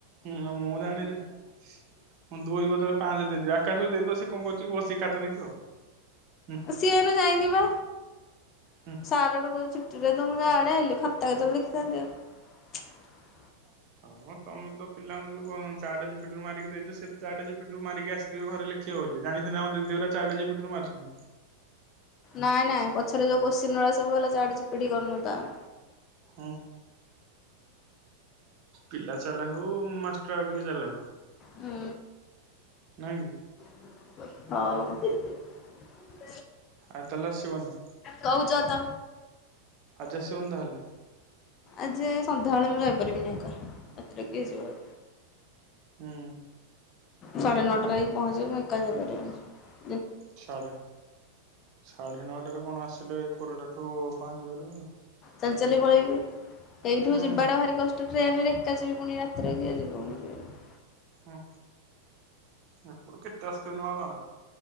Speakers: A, on the right; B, on the left.
A: ହୁଁ ମୁଁ ଜାଣିନି ଯେ ଦୁଇ ବଦଳରେ ପାଞ୍ଚ ଦେଇଦେବି ଆକାଶକୁ ଦେଇ ସେ କଣ କରୁଛି କି ବସିକି ଖାତା ଦେଖିବ। ହୁଁ
B: ସିଏ ଏଇନୁ ଯାଇନି ବା
A: ହୁଁ।
B: ସାରଡୁ କହୁଛି ଛୁଟିରେ ତ ମୁଁ ଗାଁ ଆଡ଼େ ଆଇଲି ଖାତା କେତେବେଳ ଦେଖିଥାନ୍ତି ଆଉ।
A: ହଁ ତମେ ତ ପିଲାଙ୍କୁ ଯୋଉ ଉ ଚାଟା ଜିପିଟୁ ମାରିକି ଦେଇଛ ସେ ତ ଚାଟା ଜିପିଟୁ ମାରିକି ଆସିଥିବେ ଘରେ ଲେଖି ଲେଖିବେ ବୋଲି ଜାଣିଛନ୍ତି ଆମ ଦିଦିଗୁଡ଼ା ଚାଟ ଜିପିଟିରୁ ମାରୁଛ
B: ନାଇଁ ନାଇଁ ପଛରେ ଯୋଉ କୋଶ୍ଚିନ ଗୁଡ଼ା ସବୁ ହେଲା ଚାଟ ଜିପିଟି ରୁ କରୁନୁ ତ ଆଉ।
A: ହୁଁ ପିିଲ ଚା ପିଲା ହୁଁ ମାଷ୍ଟର ଆଉ ଟିକେ ଚାଲାଖ।
B: ହୁଁ
A: ନାକି।
B: ହଉ।
A: ଆଉ ତାଲେ ଆସିବନି।
B: କହୁଛ ତ
A: ଆଜି ଆସିବନି ତାହେଲେ।
B: ଆଜି ସନ୍ଧ୍ୟାବେଳେ ମୁଁ ଯାଇପାରିବିିନି ଏକା ରାତିରେ କିଏ ଯିବ?
A: ହୁଁ।
B: ସାଢ଼େ ନଅଟାରେ ଯାଇକି ପହଞ୍ଚିବ ମୁଁ ଏକା ଯାଇ ପାରିବିନି।
A: ସାଢ଼େ ସାଢ଼େ ନଅଟାରେ କଣ ଆସିଲେ ଏଇ କୋରଡାଠୁ ପହଞ୍ଚି ପାରିବୁନି?
B: ଚାଲି ଚାଲି ପଳେଇବି ଏଇଠୁ
A: ହୁଁ
B: ଯିବାଟା ଭାରି କଷ୍ଟ। ଟ୍ରେନରେ ଏକା ଯିବି ପୁଣି ରାତିରେ କିଏ ଯିବ ମୁଁ ଯିବିନି।
A: ହୁଁ ଏପଟୁ କେତେ ଆସୁଥିବେ ନୂଆଗାଁ ର?